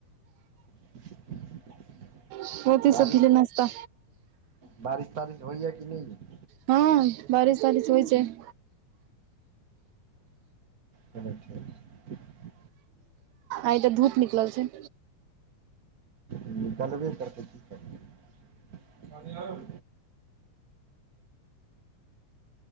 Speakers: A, on the right (about 50°); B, on the right (about 75°).
A: <inaudible>
B: सोचे जे
A: बारिश
B: छथि नाश्ता
A: बारिश तारिश होइय कि नहि यो
B: हँ बारिश तारिश होइ छै <inaudible>
A: चलू ठीक <unintelligible>
B: आइ त धूप निकल छै
A: निकलबे करतै की करते हूँ